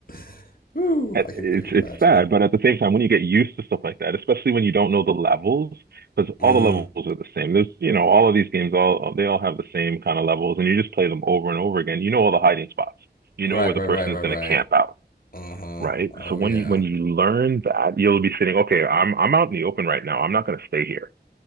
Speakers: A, on the left (about 55°); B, on the right (about 70°).
A: <laughs> Woo,
B: it's
A: I can I can
B: it's
A: imagine.
B: sad, but at the same time, when you get used to stuff like that, especially when you don't know the levels, because all
A: Mm,
B: the levels are the same. There's, you know, all of these games, all they all have the same kind of levels, and you just play them over and over again. You know all the hiding spots. You
A: right,
B: know where the
A: right,
B: person
A: right, right,
B: is going
A: right.
B: to camp out,
A: Uh-huh.
B: right?
A: Oh
B: So when
A: yeah.
B: you when you learn that, you'll be sitting, okay, I'm I'm out in the open right now. I'm not going to stay here,